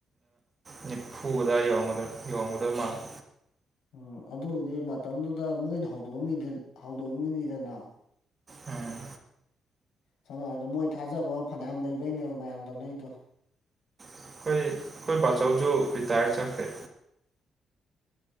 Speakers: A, on the right (about 25°); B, on the left (about 75°).
A: ꯅꯤꯐꯨꯗ ꯌ ꯌꯣꯡꯒꯗꯧ ꯃꯥꯜꯂ
B: ꯎꯝ ꯑꯗꯨꯕꯨꯗꯤ ꯃꯇꯝꯗꯨꯗ ꯃꯣꯏꯅ ꯍꯧꯗꯣꯛꯑꯝ ꯍꯧꯗꯣꯛꯑꯝꯃꯤꯅꯤꯗꯅ
A: ꯎꯝ
B: ꯁꯝꯅ ꯍꯥꯏꯔꯕꯗ ꯃꯣꯏ ꯊꯥꯖꯕ ꯐꯅꯌꯥꯝ ꯂꯩꯕꯩꯅꯦꯕ ꯃꯌꯥꯝ ꯇꯧꯅꯩꯗꯣ
A: ꯑꯩꯈꯣꯏ ꯑꯩꯈꯣꯏ ꯄꯕꯥꯆꯧꯁꯨ ꯔꯤꯇꯥꯌꯔ ꯆꯠꯈ꯭ꯔꯦ